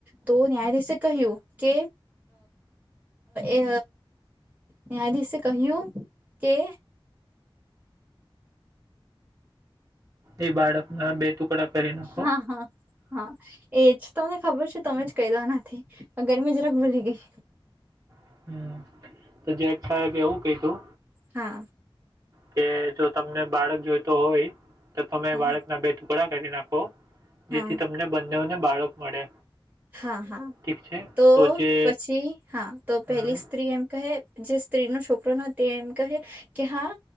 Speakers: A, on the right; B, on the right.
A: તો ન્યાયાધીશે કહ્યું કે એ ન્યાયાધીશે કહ્યું કે
B: એ બાળક ના બે ટુકડા કરી નાખો.
A: હા હા હા એજ તમને ખબર છે તમે જ કહી દેવા નથી ગરમી જરાક ભૂલી ગઈ.
B: હમ. તો જેઠ સાહેબે એવું ક તું
A: હા
B: કે જો તમને બાળક જોઈતો હોય. તો તમે
A: હા
B: બાળક ના બે ટુકડા કરી નાખો. જેથી
A: હા
B: તમને બંધ ને બાળક મળે.
A: હા હા
B: ઠીક છે
A: તો
B: જે
A: પછી હા તો
B: હમ
A: પેલી સ્ત્રી એમ કહે જે સ્ત્રીનો છોકરો ન તે એમ કહે, કે હા